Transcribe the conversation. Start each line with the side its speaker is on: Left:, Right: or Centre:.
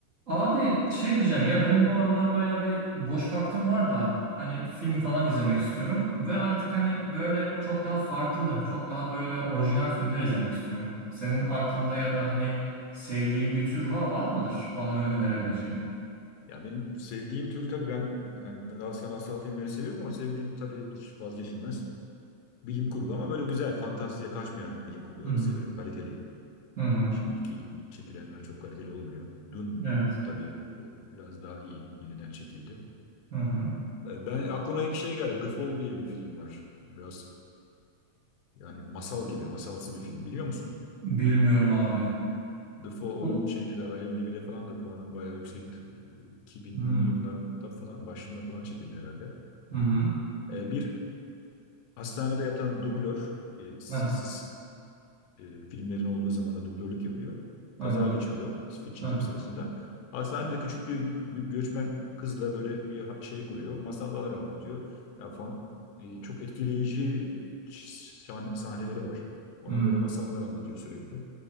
Right: Abi şey diyeceğim ya benim bu aralar bayağı bir boş vaktim var da hani film falan izlemek istiyorum ve artık hani böyle çok daha farklı, çok daha böyle orijinal filmler izlemek istiyorum. Senin aklında ya da hani sevdiğin bir tür var, var mıdır bana ö- önerebileceğin?
Left: Ya benim sevdiğim tür tabii ben yani daha sanatsal filmleri seviyorum ama sevdiğim tabii hiç vazgeçilmez bilim kurgu ama böyle güzel, fantastiğe kaçmayan bilim kurguları
Right: Hı hı.
Left: severim, kaliteli.
Right: hı.
Left: Şimdiki çekilenler çok kaliteli olmuyor. Dün
Right: Evet.
Left: tabii o biraz daha iyi yeniden çekildi.
Right: Hı hı.
Left: Ee, Ben aklıma ilk şey geldi. The Fall diye bir film var. Biraz yani masal gibi, masalsı bir film biliyor musun?
Right: Bilmiyorum abi.
Left: The Fall
Right: Bu-
Left: onun şeyde de IMDb'de falan da puanı bayağı yüksektir. Ee, 2000'li
Right: Hı hı.
Left: yıllarda falan başında falan çekildi herhalde.
Right: Hı
Left: Ee, Bir Hastanede yatan dublör, e, sessiz
Right: Heh,
Left: e, filmlerin olduğu zaman da dublörlük yapıyor.
Right: hı.
Left: Kaza geçiriyor fit çekim
Right: Hı hı.
Left: sırasında. Hastanede küçük bir gö- göçmen kızla böyle bir ha- şey kuruyor. Masallar anlatıyor. Yani fan, e, çok etkileyici sahne- sahneleri var. Ona
Right: Hı
Left: böyle masallar anlatıyor sürekli.